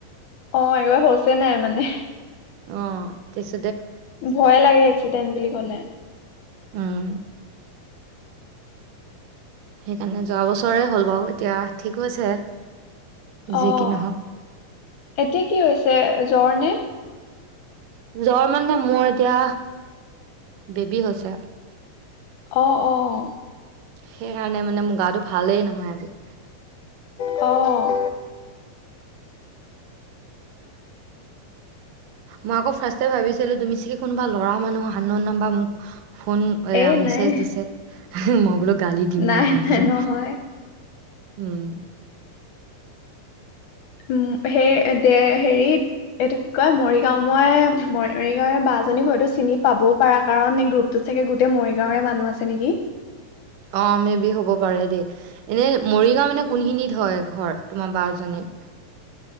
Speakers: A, on the left; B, on the right.
A: অ', একেবাৰে হোছে নাই মানে
B: অ', তাছ
A: ভয়ে লাগে এক্সিডেণ্ট বুলি কলে।
B: উম, সেইকাৰণে যোৱা বছৰে হ'ল বাৰু, এতিয়া ঠিক হৈছে যি
A: অ',
B: কি নহওক
A: এতিয়া কি হৈছে? জ্বৰ নে?
B: জ্বৰ মানে মোৰ এতিয়া বেবী হৈছে।
A: অ, অ'
B: সেইকাৰণে মানে মোৰ গাটো ভালেই নহয় আজি।
A: অ'
B: মই আকৌ ফাৰ্ষ্টে ভাবিছিলো তুমি চাগে কোনোবা ল'ৰা মানুহ, আনন'ন নাম্বাৰ, মোক ফোন, এয়া
A: এ
B: মেছেজ
A: নাই
B: দিছে মই বুলো গালি দিমে
A: নাই
B: এতিয়া
A: নাই
B: বুলো
A: নহয়
B: উম
A: উম, সেই দে হেৰি, এইটো কি কয় মৰিগাঁও মই, মৰিগাঁৱৰে বা জনীক হয়তো চিনি পাবও পাৰা, কাৰণ এই গ্ৰুপটোত চাগে গোট গোটেই মৰিগাঁৱৰে মানুহ আছে নেকি?
B: অ মে বি হ'ব, পাৰে দেই। এনে মৰিগাঁও মানে কোনখিনিত হয় ঘৰ তোমাৰ বাজনীৰ?